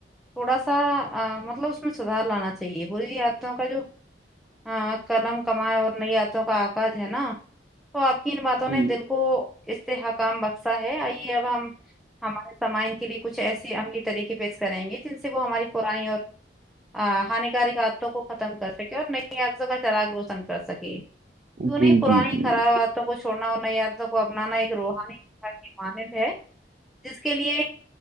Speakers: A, in the centre; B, on the right.
A: تھوڑا سا آ مطلب اس میں سدھار لانا چاہیے بری عادتوں کا جو ہاں قلم کمائے اور نئی آتوں کا آکج ہے نا تو آپ کی ان باتوں
B: جی
A: نے دل کو اس سے حکام بکشا ہے آئیے اب ہم ہمارے سامائن کے لیے کچھ ایسے عملی طریقے پیش کریں گے جن سے وہ ہماری پرانی اور ہانیکارک عادتوں کو ختم کر سکے اور نئی عادتوں کا چرغ روشن کر سکے کیوں نہیں
B: جی
A: پرانی
B: جی جی
A: خراب
B: بالکل
A: عادتوں کو چھوڑنا اور نئی عادتوں کو اپنانا ایک روحانی کی مانند ہے جس کے لیے